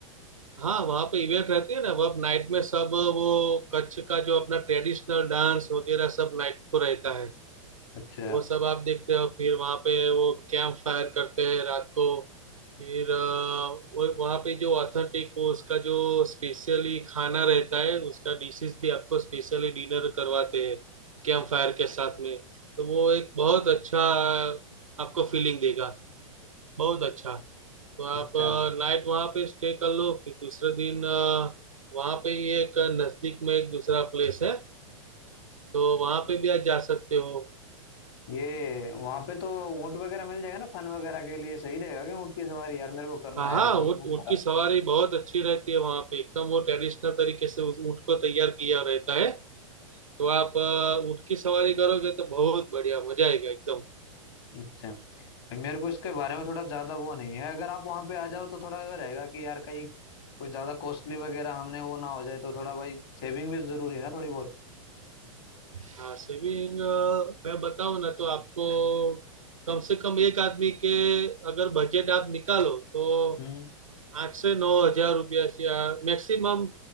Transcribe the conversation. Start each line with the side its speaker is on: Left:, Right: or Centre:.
Right: हाँ वहाँ पे इवेंट रहती है ना वह नाइट में सब वो कच्छ का जो अपना ट्रेडिशनल डांस वगैरह सब नाइट को रहता है
Left: अच्छा
Right: वो सब आप देखते हो फिर वहाँ पे वो कैंप फायर करते हैं रात को फिर अ, वो वहाँ पे जो ऑथेंटिक वो उसका जो स्पेशली खाना रहता है उसका डिशेस भी आपको स्पेशली डिनर करवाते हैं कैंप फायर के साथ में तो वो एक बहुत अच्छा आपको फीलिंग देगा बहुत अच्छा तो
Left: अच्छा
Right: आप नाइट वहां पे स्टे कर लो फिर दूसरे दिन अ, वहां पे ही एक नजदीक में एक दूसरा प्लेस है तो वहां पे भी आप जा सकते हो
Left: ये वहां पे तो ऊंट वगैरह मिल जाएगा ना फन वगैरह के लिए सही रहेगा क्या ऊंट की सवारी यार मेरे को करना
Right: हाँ
Left: है
Right: हाँ
Left: यार बहुत
Right: ऊँट
Left: मन
Right: ऊँट
Left: करा
Right: की सवारी बहुत अच्छी रहती है वहां पे एकदम वो ट्रेडिशनल तरीके से उस ऊँट को तैयार किया रहता है तो आप अ, ऊँट की सवारी करोगे तो बहुत बढ़िया मजा आएगा एकदम
Left: अच्छा भाई, मेरे को इसके बारे में थोड़ा ज्यादा वो नहीं है अगर आप वहां पे आ जाओ तो थोड़ा ये रहेगा कि यार कहीं कोई ज्यादा कॉस्टली वगैरह हमने वो ना हो जाए तो थोड़ा भाई सेविंग भी जरूरी है ना थोड़ी बहुत
Right: हाँ सेविंग मैं बताऊँ ना तो आपको कम से कम एक आदमी के अगर बजट आप निकालो तो
Left: हम्म
Right: आठ से नौ हजार रुपया या मैक्सिमम